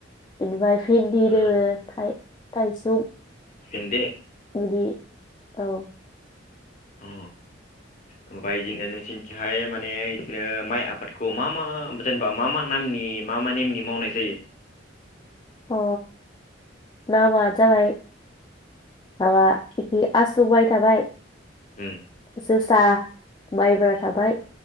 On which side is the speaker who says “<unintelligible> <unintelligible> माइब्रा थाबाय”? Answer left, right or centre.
Left